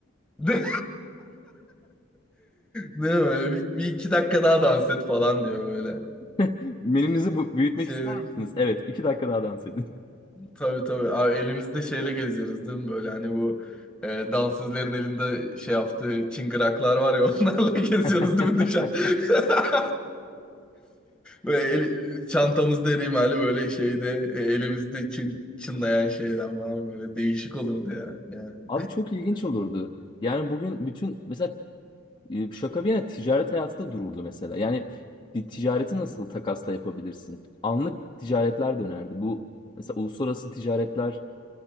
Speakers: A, in the centre; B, on the left (about 25°).
A: Ne, ne böyle bir, bir iki dakika daha dans et falan diyor böyle.
B: <laughs> Menünüzü bu- büyütmek
A: Şey,
B: ister misiniz? Evet, iki dakika daha dans edin.
A: Tabii tabii. Abi elimizde şeyle geziyoruz değil mi? Böyle hani bu e, dansözlerin elinde şey yaptığı çıngıraklar var ya <laughs> onlarla geziyoruz
B: <laughs>
A: değil mi dışarı? <laughs> Böyle eli- çantamızda erimali böyle şeyde e, elimizde çın, çınlayan şeyden falan böyle değişik olurdu ya. Yani.
B: Abi çok ilginç olurdu. Yani bugün bütün mesela e, şaka bir yana ticaret hayatı da dururdu mesela. Yani bir ticareti
A: Hı.
B: nasıl takasla yapabilirsin? Anlık ticaretler dönerdi. Bu mesela uluslararası ticaretler